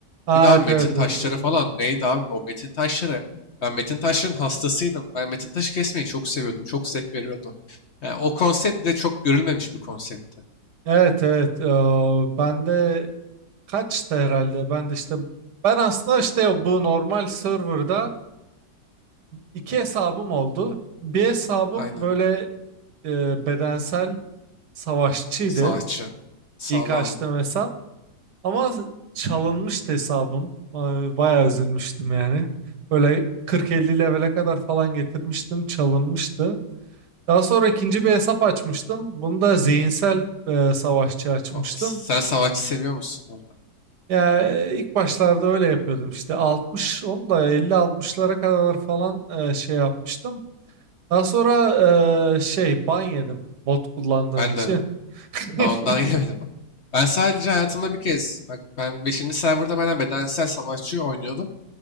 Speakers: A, on the right; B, on the left.
A: Ha,
B: Bir daha
A: evet
B: metin
A: evet
B: taşları
A: evet.
B: falan. Neydi abi o metin taşları? Ben metin taşların hastasıydım. Ben metin taşı kesmeyi çok seviyordum. Çok zevk veriyordu. Yani o konsept bile çok görülmemiş bir konseptti.
A: Evet evet. evet. Ee, ben de kaçtı herhalde. Ben de işte ben aslında işte bu normal serverda iki hesabım oldu. Bir hesabım
B: Aynen.
A: böyle e, bedensel savaşçıydı.
B: Savaşçı. Sağlam.
A: İlk açtığım hesap. Ama çalınmıştı hesabım. Ay, Bayağı üzülmüştüm yani. Böyle 40-50 levele kadar falan getirmiştim. Çalınmıştı. Daha sonra ikinci bir hesap açmıştım. Bunu da zihinsel e, savaşçı açmıştım.
B: O- Sen savaşçı seviyor musun valla?
A: Ya e, ilk başlarda öyle yapıyordum işte 60 onu da 50-60'lara kadar falan e, şey yapmıştım. Daha sonra e, şey ban yedim bot kullandığım
B: Ben
A: için.
B: de
A: <laughs>
B: ben ondan <laughs> yemedim. Ben sadece hayatımda bir kez bak ben beşinci serverda benden bedensel savaşçı oynuyordum.